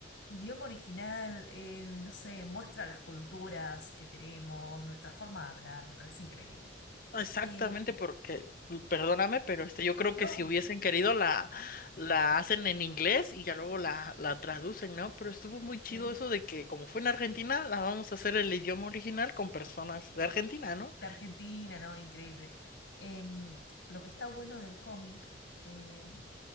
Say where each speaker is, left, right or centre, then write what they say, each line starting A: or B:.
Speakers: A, on the left; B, on the left.
A: Idioma original, eh, no sé, muestra las culturas que tenemos, nuestra forma de hablar, me parece increíble.
B: Exactamente,
A: Eh,
B: porque, mm, perdóname, pero este, yo creo
A: no,
B: que si hubiesen querido la, la hacen en inglés y ya luego la, la traducen, ¿no? Pero estuvo muy chido
A: sí,
B: eso de que como fue en Argentina, la vamos a hacer el idioma original con personas de Argentina, ¿no?
A: de Argentina, no, increíble. Em, lo que está bueno del cómic, em,